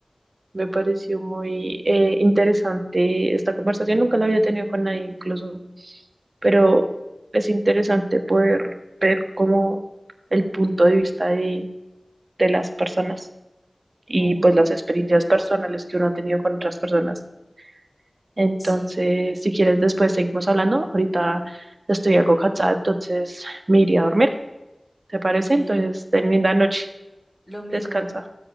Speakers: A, on the right; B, in the centre.
A: me pareció muy eh, interesante esta conversación, nunca la había tenido con nadie incluso, pero es interesante poder ver cómo el punto de vista de, de las personas. y
B: Ujú,
A: pues las experiencias personales que uno ha tenido con otras personas. Entonces,
B: sí,
A: si quieres, después seguimos hablando. Ahorita estoy algo cansada, entonces me iría a dormir, ¿te parece?
B: ok,
A: Entonces, ten linda noche,
B: lo mismo.
A: descansa.